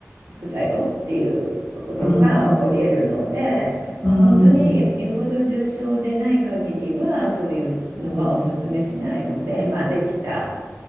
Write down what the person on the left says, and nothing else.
うん、
うん、
うん、うん、